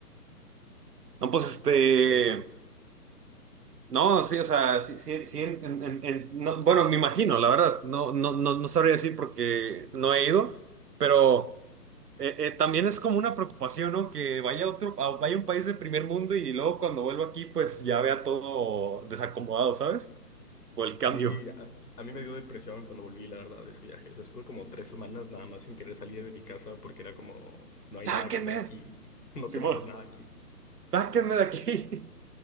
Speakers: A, on the right; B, on the left.
A: No, pues este.
B: compré un carro?
A: No, sí, o sea, sí, sí, sí, en- en- en- en- no, bueno, me imagino, la verdad, no, no, no, no sabría decir porque no he ido, pero. Eh, eh, también es como una preocupación, ¿no? Que vaya a otro, a- vaya a un país de primer mundo y luego cuando vuelvo aquí, pues ya vea todo desacomodado, ¿sabes? Por el cambio.
B: A mí, a, a mí me dio depresión cuando volví, la verdad, de ese viaje. O sea, estuve como tres semanas nada más sin querer salir de mi casa porque era como, no hay
A: ¡Sáquenme!
B: nada que hacer aquí. <laughs> No
A: Simón,
B: tenemos nada aquí.
A: ¡sáquenme de aquí! <laughs>